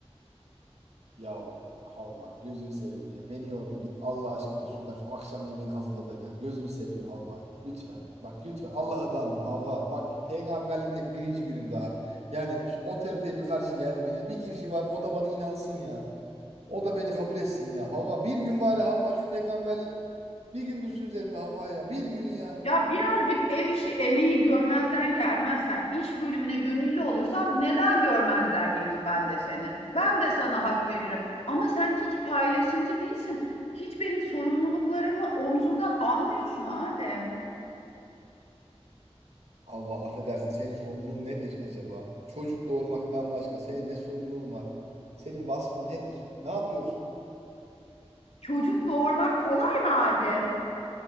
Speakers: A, on the right; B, on the left.
A: Ya Havva gözünü seveyim ya. Beni yorma git Allah aşkına şuradan şu akşam yemeğini hazırla da gel. Gözünü seveyim Havva. Lütfen. Bak lütfen Allah'a dandım Havva. Bak peygamberlikteki birinci günüm daha. Yani şu otoriteye bir karşı gelmeyin ya. Bir kişi var o da bana inansın ya. O da beni kabul etsin ya. Havva bir gün bari Havva şu peygamberlik bir gün düşsün üzerimde Havva ya. Bir gün ya.
B: Ya birazcık ev işi emeği görmezden gelmezsen, iş bölümüne gönüllü olursam neden görmezden geleyim ben de seni? Ben de sana hak veririm. Ama sen hiç paylaşımcı değilsin. Hiç benim sorumluluklarımı omzumdan almıyorsun Adem.
A: Havva affedersin senin sorumluluğun nedir acaba? Çocuk doğurmaktan başka senin ne sorumluluğun var? Senin vasfın nedir? Ne yapıyorsun?
B: Çocuk doğurmak kolay mı Adem?